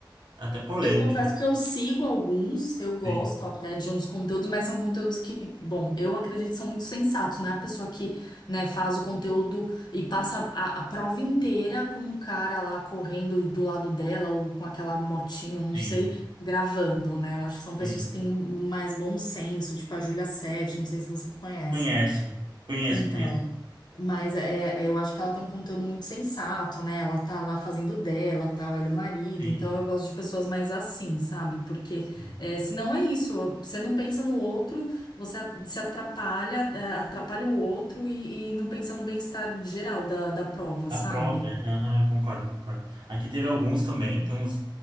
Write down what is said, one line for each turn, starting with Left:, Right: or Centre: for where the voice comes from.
Right: até polêmica.
Left: Eu confesso que eu sigo alguns, eu gosto
Right: Tem,
Left: até de uns conteúdos, mas são conteúdos que, bom, eu acredito que são muito sensatos, não é a pessoa que, né, faz o conteúdo e passa a, a prova inteira com um cara lá correndo do lado dela ou com aquela motinho, não
Right: tem,
Left: sei, gravando, né? Eu acho que são
Right: tem.
Left: pessoas que têm mais bom senso, tipo a Júlia Sete, não sei se você conhece.
Right: Conheço, conheço,
Left: Então,
Right: conheço.
Left: mas é, é- eu acho que ela tem um conteúdo muito sensato, né? Ela tá lá fazendo dela, tal, ela é o marido.
Right: Sim,
Left: Então eu gosto de pessoas mais assim, sabe? Porque
Right: sim.
Left: é, senão é isso, você não pensa no outro, você a- se atrapalha, é, atrapalha o outro e, e não pensa no bem-estar geral da, da prova,
Right: A
Left: sabe?
Right: prova, é, aham, eu concordo, concordo. Aqui teve alguns também, tem uns